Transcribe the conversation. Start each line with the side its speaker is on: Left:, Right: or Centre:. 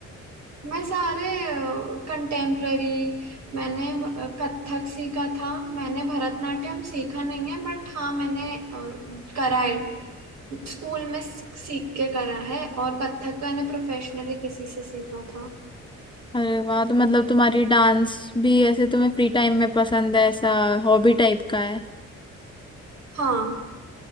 Right: मैं सारे कंटेम्प्ररी मैंने अ, कथक सीखा था मैंने भरतनाट्यम सीखा नहीं है बट हाँ मैंने अ, करा है स्कूल में स- सीख के करा है और कथक तो मैंने प्रोफेशनली किसी से सीखा था
Left: अरे वाह तो मतलब तुम्हारी डांस भी ऐसे तुम्हें फ्री टाइम में पसंद है ऐसा हॉबी टाइप का है
Right: हाँ